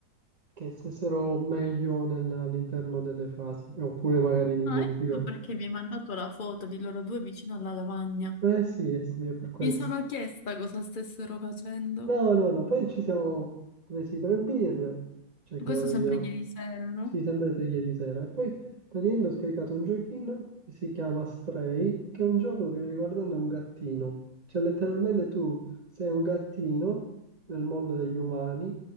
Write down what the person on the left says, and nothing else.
Ah, ecco perché mi hai mandato la foto di loro due vicino alla lavagna.
Mi sono chiesta cosa stessero facendo.
Questo
sempre
ieri sera, no?